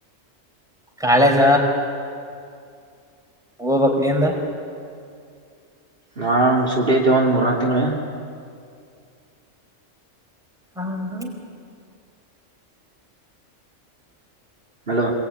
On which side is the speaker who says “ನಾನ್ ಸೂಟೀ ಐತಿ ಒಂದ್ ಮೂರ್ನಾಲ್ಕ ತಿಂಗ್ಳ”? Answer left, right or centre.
Right